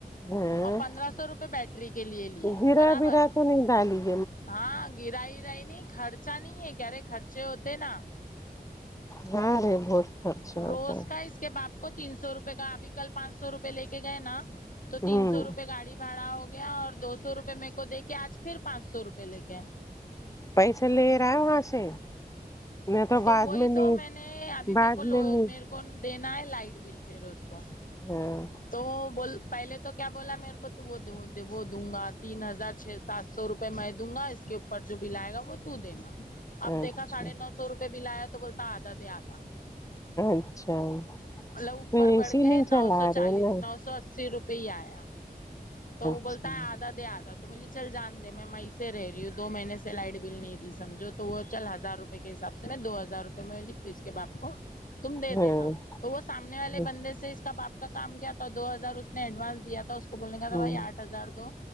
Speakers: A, on the left; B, on the left.
A: ہاں
B: اور پندرہ سو روپے بیٹری کے لیے لیے
A: گرا
B: برابر
A: <unintelligible>
B: ہاں گرائیرائی نہیں خرچا نہیں ہے کارے خرچے ہوتے نا
A: ہاں ری بہت خرچہ ہوتا
B: روز
A: ہے
B: کا اس کے باپ کو تین سو روپے کا ابھی کل پانچ سو روپے لے کے گئے نا تو تین
A: ہوں
B: سو روپئے گاڑی بھڑا ہو گیا اور دو سو روپئے میرے کو دے کے آج پھر پانچ سو روپے لے کےئے
A: پیسے لے رہا ہے وہاں سے نہیں
B: تو
A: بعد
B: وہی
A: نہیں
B: تو میں نے ابھی
A: بعد
B: میرے کو لو
A: میں نہیں
B: م میر کو دینا ہے لائٹ بل پھر اس کو
A: ہاں
B: تو بول پہلے تو کیا بولا میرے کو تو وہ وہ دوں گا تین ہزار چھ سات سو روپے میں دوں گا اس کے پر جو بل آئے گا وہ تو دینا اب دیکا
A: اچھا
B: ساڑھے نو سو روپے بل آیا تو بولتا آدھا دے آدھا
A: اچھا
B: ملب اوپر
A: پیسے
B: بڑھ کے
A: نہیں چلا
B: نو سو
A: رہے
B: چالیس
A: نا
B: نو سو اس سی روپئے ہی آیا تو وہ
A: اچھا
B: بولتا ہے آدھا آتا تو ملی چل جان د میں وہیں سے رہی ہوں دو مہینے سے لائٹ بل نہیں دی سمجھو تو وہ چل ہزار روپ ے کے حساب سے میں دو ہزار روپئے میں اس کے باپ کو تم دے
A: ہاں
B: دینا تو وہ سامنے والے
A: ہوں
B: بندے سے اس کا باپ کا کام کیا تھا دو ہزار اس نے ایڈوانس دیا تھا اس بولنے کا تھا
A: ہوں
B: بھائی آٹ ہزار دو